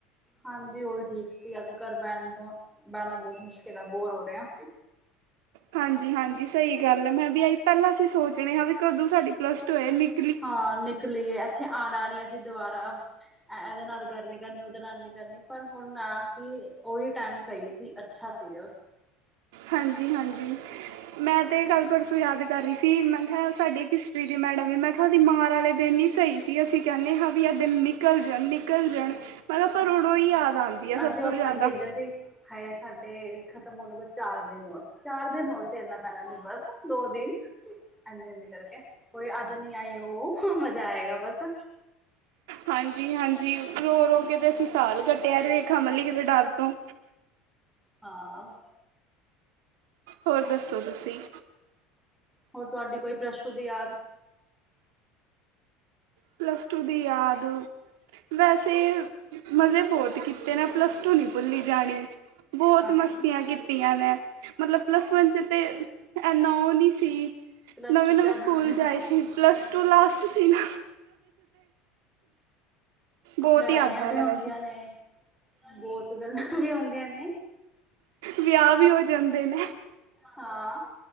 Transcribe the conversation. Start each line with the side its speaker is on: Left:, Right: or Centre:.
Centre: ਹਾਂਜੀ ਉਹੀ ਠੀਕ ਸੀਗਾ ਤੇ ਘਰ ਬਹਿਣ ਦਾ ਬਹਿਣਾ ਬੋਤ ਮੁਸ਼ਕਿਲ ਐ ਬੋਰ ਹੋ ਰਹੇ ਆ।
Right: ਹਾਂਜੀ-ਹਾਂਜੀ ਸਹੀ ਗੱਲ ਐ ਮੈਂ ਵੀ ਆਈ ਪਹਿਲਾਂ ਅਸੀਂ ਸੋਚਣੇ ਹਾਂ ਵੀ ਕਦੋਂ ਸਾਡੀ ਪਲੱਸ ਟੂ ਹੋਏ ਨਿਕ
Centre: ਹਾਂ ਨਿਕਲੀਏ ਐਥੇ ਆਣਾ ਨੀ ਅਸੀਂ ਦੁਬਾਰਾ ਐ ਇਹਦੇ ਨਾਲ ਗੱਲ ਨੀ ਕਰਨੀ ਉਹਦੇ ਨਾਲ ਨੀ ਕਰਨੀ ਪਰ ਹੁਣ ਹਾ ਕਿ ਓਹੀ ਟਾਈਮ ਸਹੀ ਸੀ। ਅੱਛਾ ਸੀਗਾ।
Right: ਹਾਂਜੀ-ਹਾਂਜੀ ਮੈਂ ਤੇ ਗੱਲ ਪਰਸੋਂ ਯਾਦ ਕਰ ਰਹੀ ਸੀ। ਸੀ ਮੈਂ ਕਿਹਾ ਸਾਡੀ ਹਿਸਟਰੀ ਦੀ ਮੈਡਮ ਵੀ ਮੈਂ ਕਿਹਾ ਉਹਦੀ ਮਾਰ ਆਲੇ ਦਿਨ ਈ ਸਹੀ ਸੀ ਅਸੀਂ ਕਹਿਨੇ ਹਾਂ ਵੀ ਐਹ ਦਿਨ ਨੀ ਨਿਕਲ ਜਾਣ- ਨਿਕਲ ਜਾਣ ਪਰ ਹੁਣ ਓਡੋ ਈ ਯਾਦ ਆਦੀ ਐ ਸਭ
Centre: ਅਸੀਂ
Right: ਤੋਂ
Centre: ਉਸ
Right: ਜ਼ਿਆਦਾ।
Centre: ਟਾਈਮ ਗਿਣਦੇ ਸੀ ਹਾਏ ਸਾਡੇ ਖ਼ਤਮ ਹੋਣ ਨੂੰ ਬਸ ਚਾਰ ਦਿਨ ਔਰ- ਚਾਰ ਦਿਨ ਔਰ। ਤੇਲਨਾ ਪੈਣਾ ਨੂੰ ਬਸ ਦੋ ਦਿਨ ਹਾਂਜੀ-ਹਾਂਜੀ ਕਰਕੇ ਕੋਈ ਅੱਜ ਆਜ ਨੀ ਆਈ ਓ, ਮਜ਼ਾ ਆਏਗਾ ਬਸ।
Right: ਹਾਂਜੀ-ਹਾਂਜੀ ਰੋ-ਰੋ ਕੇ ਤੇ ਅਸੀਂ ਸਾਲ ਕੱਟੇਆ ਰੇਖਾ ਮੱਲੀ ਕਿਤੇ ਡਰ ਤੋਂ।
Centre: ਹਾਂ।
Right: ਹੋਰ ਦੱਸੋ ਤੁਸੀਂ?
Centre: ਹੋਰ ਤੁਹਾਡੀ ਕੋਈ ਪਲਸਟੂ ਦੀ ਯਾਦ?
Right: ਪਲੱਸਟੂ ਦੀ ਯਾਦ ਵੈਸੇ ਮਜ਼ੇ ਬੋਤ ਕੀਤੇ ਨੇ ਪਲੱਸਟੂ ਨੀ ਭੁੱਲੀ ਜਾਣੀ। ਬੋਤ
Centre: ਅੱਛਾ
Right: ਮਸਤੀਆਂ ਕੀਤੀਆਂ ਨੇ। ਮਤਲਬ ਪਲੱਸ-ਵਨ
Centre: ਹਮ
Right: ਚ ਤੇ ਐਨਾ ਓ ਨੀ ਸੀ
Centre: ਪਲੱਸ
Right: ਨਵੇਂ-ਨਵੇਂ
Centre: ਟੂ ਜ਼ਿਆਦਾ
Right: ਸਕੂਲ
Centre: ਹੋਏ
Right: ਚ ਆਏ ਸੀ। ਪਲੱਸਟੂ ਲਾਸਟ ਸੀਨਾ। ਬਹੁਤ
Centre: ਲੜਾਈਆਂ
Right: ਹੀ ਯਾਦਾਂ
Centre: ਵੀ
Right: ਨੇ
Centre: ਹੁੰਦੀਆਂ
Right: ਵੈਸੇ
Centre: ਨੇ ਬਹੁਤ ਗੱਲਾਂ ਵੀ ਹੁੰਦੀਆਂ ਨੇ।
Right: ਵਿਆਹ ਵੀ ਹੋ ਜਾਂਦੇ ਨੇ।
Centre: ਹਾਂ